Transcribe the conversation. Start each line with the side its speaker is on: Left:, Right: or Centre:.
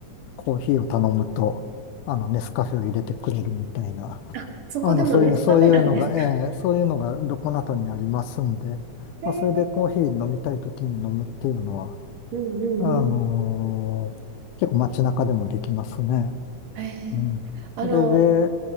Left: コーヒーを頼むと、あの、ネスカフェを入れてくれるみたいな、
Right: あ、そこでもネスカフェなんですか。
Left: あの、そういう、そういうのが、ええそういうのがどこなどにありますんで、
Right: へえ
Left: まあ、それでコーヒー飲みたいときに飲むっていうのは、
Right: うんうんう
Left: あのー結構街中でもできますね。
Right: ん。へえあの、
Left: うん。それで、